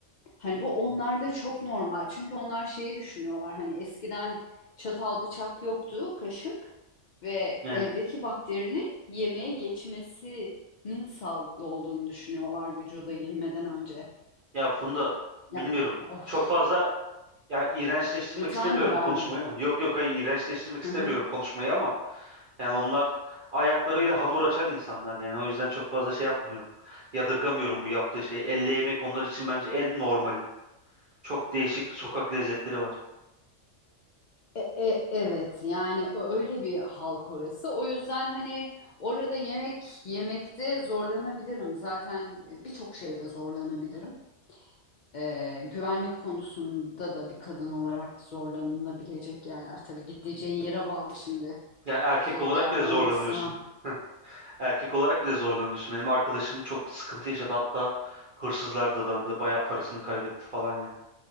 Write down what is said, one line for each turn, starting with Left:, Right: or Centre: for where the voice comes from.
Left: Hani bu onlarda çok normal. Çünkü onlar şeyi düşünüyorlar. Hani eskiden çatal bıçak yoktu, kaşık ve
Right: Yani
Left: evdeki bakterinin yemeğe geçmesinin sağlıklı olduğunu düşünüyorlar vücuda girmeden önce.
Right: ya Funda bilmiyorum.
Left: Ya, of,
Right: Çok fazla Ya iğrençleştirmek
Left: detay
Right: istemiyorum
Left: mı verdim?
Right: konuşmayı ama. Yok yok hayır iğrençleştirmek istemiyorum
Left: Hı hı.
Right: konuşmayı ama yani onlar ayaklarıyla hamur açan insanlar yani o yüzden çok fazla şey yapmıyorum. Yadırgamıyorum bu yaptığı şeyi. Elle yemek onlar için bence en normali. Çok değişik sokak lezzetleri var.
Left: E- e- evet yani ö- öyle bir halk orası. O yüzden hani orada yemek yemekte zorlanabilirim. Zaten e, birçok şeyde zorlanabilirim. Ee, güvenlik konusunda da bir kadın olarak zorlanılabilecek yerler. Tabii gideceğin yere bağlı şimdi.
Right: Yani erkek
Left: Direkt
Right: olarak
Left: de yargılamak
Right: bile zorlanıyorsun.
Left: istemem.
Right: <laughs> Erkek olarak bile zorlanıyorsun. Benim arkadaşım çok sıkıntı yaşadı hatta hırsızlar dadandı, bayağı parasını kaybetti falan yani.